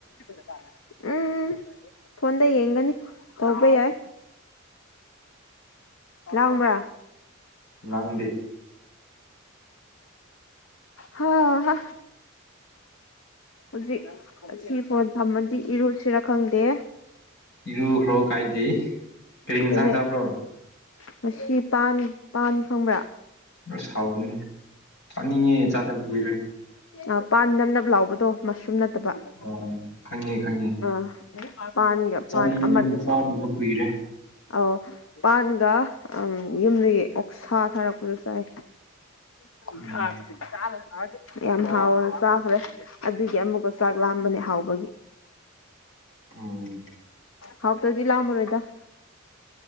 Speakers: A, on the left; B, on the left.
A: <inaudible> ꯎꯝ ꯎꯝ ꯐꯣꯟꯗ ꯌꯦꯡꯒꯅꯤ ꯇꯧꯕ ꯌꯥꯏ ꯂꯥꯡꯕ꯭ꯔ
B: ꯂꯥꯡꯗꯦ
A: ꯍꯥ ꯍꯥ ꯍꯧꯖꯤꯛ ꯁꯤ ꯐꯣꯟ ꯊꯝꯃꯗꯤ ꯏꯔꯨꯁꯤꯔꯥ ꯈꯪꯗꯦ
B: ꯏꯔꯨꯈ꯭ꯔꯣ ꯀꯥꯏꯗꯦ ꯀꯔꯤ
A: ꯑꯗꯨꯅꯦ
B: ꯏꯟꯁꯥꯡ ꯆꯥꯕ꯭ꯔꯣ
A: ꯉꯁꯤ ꯄꯥꯟ ꯄꯥꯟ ꯈꯪꯕ꯭ꯔꯥ
B: ꯑꯁ ꯍꯥꯎꯒꯅꯤ ꯆꯥꯅꯤꯡꯉꯦ ꯆꯥꯗꯕ ꯀꯨꯏꯔꯦ
A: ꯑꯥ ꯄꯥꯟ ꯅꯞ ꯅꯞ ꯂꯥꯎꯕꯗꯣ ꯃꯁꯔꯨꯝ ꯅꯠꯇꯕ
B: ꯑꯣ ꯈꯪꯉꯦ ꯈꯪꯉꯦ
A: ꯑꯥ ꯄꯥꯟꯒ
B: ꯆꯥꯅꯤꯡꯉꯦ
A: ꯄꯥꯟ ꯑꯃꯗꯨ
B: ꯑꯗꯨꯗꯤ ꯆꯥꯗꯕ ꯀꯨꯏꯔꯦ
A: ꯑꯧ ꯄꯥꯟꯒ ꯎꯝ ꯌꯨꯝꯗꯒꯤ ꯑꯣꯛꯁꯥ ꯊꯥꯔꯛꯄꯗꯣ ꯆꯥꯏ <unintelligible>
B: ꯎꯝ
A: ꯌꯥꯝ ꯍꯥꯎꯒꯅ ꯆꯥꯈ꯭ꯔꯦ ꯑꯗꯨꯒꯤ ꯑꯃꯨꯛꯀ ꯆꯥꯛ ꯂꯥꯝꯕꯅꯦ ꯍꯥꯎꯕꯒꯤ
B: ꯎꯝ
A: ꯍꯥꯎꯇꯗꯤ ꯂꯥꯝꯃꯔꯣꯏꯗ